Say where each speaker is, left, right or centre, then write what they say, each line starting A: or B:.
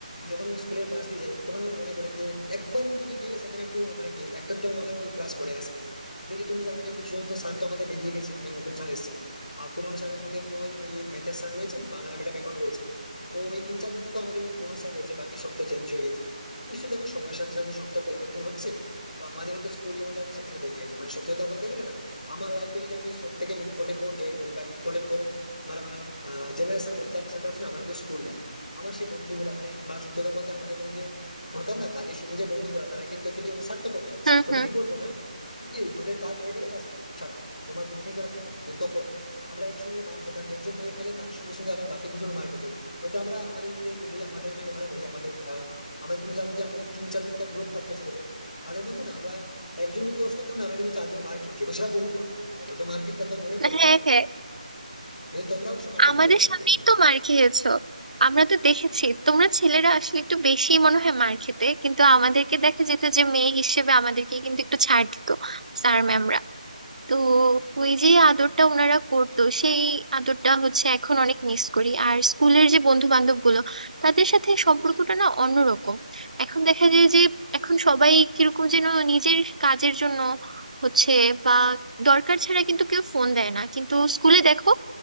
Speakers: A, on the left (about 70°); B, on the right (about 60°).
A: যখন ওই স্কুলের পাশ দিয়ে যাই তখন আমার মনে পড়ে যে একবার অন্তত গিয়ে সেখানে একটু মানে কি একটা দুটো মনে ক্লাস করে আসি যদি তুমি জানো যে কিছু জন তো স্যার তো আমাদের বেরিয়ে গেছে অনেক নতুন স্যার এসেছেন আর পুরোনো স্যারের মধ্যে মনে হয় ওই ম্যাথের স্যার রয়েছেন বাংলা ম্যাডাম এখন রয়েছেন তো ওই তিন চারজন মতো আমাদের ওই পুরোনো স্যার রয়েছে বাকি সব তো চেঞ্জ হয়ে গেছে নিশ্চয়ই দেখো সময়ের সাথে সাথে সব তো পরিবর্তন হচ্ছে তো আমাদেরও তো স্কুল জীবনটা তো সেখানে থেকে গেছে মানে সত্যি কথা বলতে গেলে না আমার লাইফে যদি আমি সব থেকে ইম্পর্টেন্ট কোনো ডেট বলি বা ইম্পর্টেন্ট কোনো মানে মানে জেনারেশন বলি তাহলে সেটা হচ্ছে না আমার কিন্তু স্কুল লাইফ আমার সেই বন্ধুগুলা মানে আমার সত্যি কথা বলতে আমাদের মধ্যে যে এখনকার না কাজের সূত্রে যে বন্ধুগুলা তারা কিন্তু অ্যাকচুয়ালি মানে স্বার্থপর টাইপের
B: হুম
A: স্বার্থপর
B: হুম
A: ঠিক বলবো না কিন্তু কি, ওদের কাজ হয়ে গেলে বাস ছাড়ো তোমার দুঃখিন তারা থাকে না কিন্তু তখন আমরা একসঙ্গে মার খেতাম একজন মার খেলে তার সঙ্গে সঙ্গে আবার বাকি দুজন মার খেত হয়তো আমরা আমাদের যে যদি আমাদের আমি কথাটা বলি আমাদের আহ আমাদের তুমি জানো যে আমাদের তিন চারজন একটা গ্রুপ থাকতো ছেলেদের তাদের মধ্যে না আমরা একজন যদি দোষ করতাম না আমরা কিন্তু চারজন মার খেয়েছি এবং সেটা বহুবার এত তো মার খেয়েছি তা তো মনে
B: হ্যাঁ
A: পড়ে না
B: হ্যাঁ
A: কিন্তু তোমরা অবশ্য মারটা
B: আমাদের
A: একটু কম খেতে
B: সামনেই তো মার খেয়েছো আমরা তো দেখেছি তোমরা ছেলেরা আসলে একটু বেশি মনে হয় মার খেতে কিন্তু আমাদেরকে দেখা যেত যে মেয়ে হিসেবে আমাদেরকে কিন্তু একটু ছাড় দিত স্যার ম্যামরা তো ওই যে আদরটা ওনারা করতো সেই আদরটা হচ্ছে এখন অনেক মিস করি আর স্কুলের যে বন্ধু বান্ধব গুলো তাদের সাথে সম্পর্কটা না অন্যরকম এখন দেখা যায় যে এখন সবাই কিরকম যেন নিজের কাজের জন্য হচ্ছে বা দরকার ছাড়া কিন্তু কেউ ফোন দেয় না কিন্তু স্কুলে দেখো